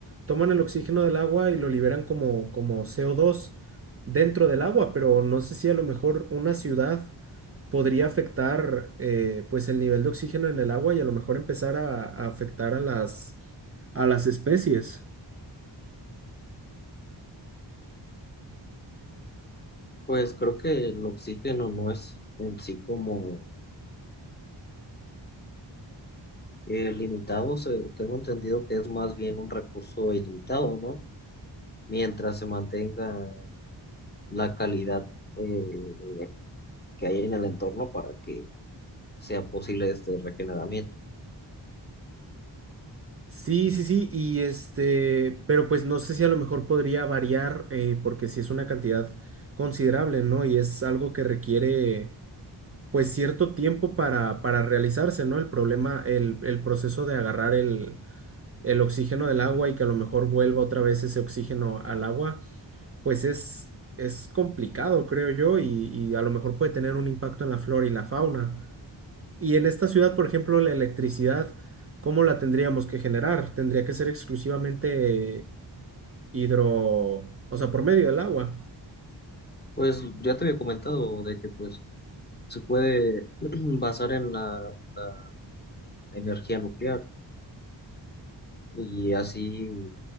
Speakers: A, on the right; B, on the left.
A: toman el oxígeno del agua y lo liberan como, como CO2 dentro del agua, pero no sé si a lo mejor una ciudad podría afectar eh, pues el nivel de oxígeno en el agua y a lo mejor empezar a, a afectar a las, a las especies.
B: Pues creo que el oxígeno no es en sí como eh, limitado, se- tengo entendido que es más bien un recurso ilimitado, ¿no? Mientras se mantenga la calidad eh, que hay en el entorno para que sea posible este regeneramiento.
A: Sí, sí, sí, y este, pero pues no sé si a lo mejor podría variar, eh, porque si es una cantidad considerable, ¿no? Y es algo que requiere pues cierto tiempo para, para realizarse, ¿no? El problema, el, el proceso de agarrar el, el oxígeno del agua y que a lo mejor vuelva otra vez ese oxígeno al agua, pues es, es complicado, creo yo, y, y a lo mejor puede tener un impacto en la flora y la fauna. Y en esta ciudad, por ejemplo, la electricidad, ¿cómo la tendríamos que generar? Tendría que ser exclusivamente hidro, o sea, por medio del agua.
B: Pues ya te había comentado de que pues se puede <clears throat> basar en la, la energía nuclear y así